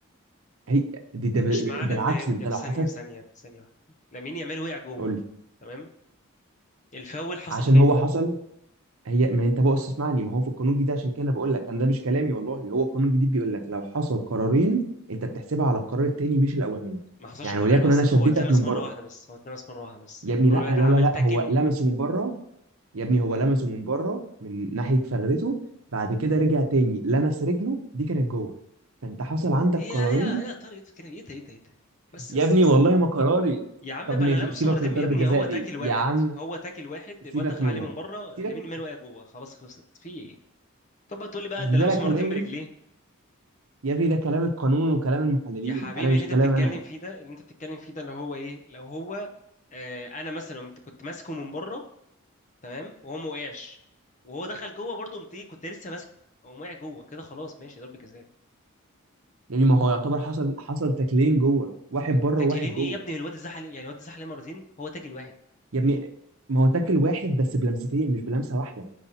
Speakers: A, on the right; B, on the left.
A: هي دي ده ب-
B: مش معنى
A: بالعكس
B: ان يا
A: ده انت
B: بس
A: لو حسب
B: ثانيه ثانيه ثانيه واحده لامين يامال وقع جوه
A: قول لي
B: تمام الفاول حصل
A: عشان
B: فين
A: هو حصل هي ما انت بص اسمعني ما هو في القانون الجديد عشان كده أنا بقول لك انا ده مش كلامي والله هو القانون الجديد بيقول لك لو حصل قرارين انت بتحسبها على القرار التاني مش الاولاني
B: ما حصلش
A: يعني
B: قررين
A: وليكن
B: اصلا
A: انا شدتك
B: هو اتلمس
A: من بره
B: مره واحده بس هو اتلمس مره واحده بس
A: يا
B: الواد
A: ابني لا لا
B: عمل
A: لا لا
B: تاكل
A: هو لمسه من بره يا ابني هو لمسه من بره من ناحية فرده بعد كده رجع تاني لمس رجله دي كانت جوه فانت حصل عندك
B: ايه يا
A: قرارين
B: إيه يا إيه يا طارق كده ايه ده ايه ده ايه ده بس
A: يا
B: بس
A: ابني
B: بس
A: والله ما قراري
B: يا عم
A: طب
B: بلا
A: ماشي
B: لمسه
A: سيبك
B: مرتين
A: من ضربة
B: يا ابني
A: الجزاء
B: هو
A: دي
B: تاكل واحد
A: يا عم
B: هو تاكل واحد
A: سيبك
B: الواد دخل
A: منها
B: عليه من بره
A: سيبك
B: لامين يامال وقع جوه خلاص خلصت في ايه طب بقى تقول لي بقى
A: اصل
B: ده لمسه
A: ده لا كلامي
B: مرتين برجليه
A: يا ابني ده كلام القانون وكلام المحللين
B: يا حبيبي
A: انا مش
B: اللي انت
A: كلام
B: بتتكلم
A: انا
B: فيه ده اللي انت بتتكلم فيه ده اللي هو ايه لو هو آه انا مثلا قمت- كنت ماسكه من بره تمام وهو ما وقعش وهو دخل جوه برضه قمت ايه كنت لسه ماسكه هو وقع جوه كده خلاص ماشي ضربة جزاء
A: يعني ما هو يعتبر حصل حصل تاكلين جوه واحد
B: ما-
A: بره
B: تاكلين
A: وواحد جوه
B: ايه يا ابني الواد اتزحلق يعني الواد اتزحلق مرتين هو تاكل واحد
A: يا ابني ما هو تاكل واحد بس بلمستين مش بلمسة واحدة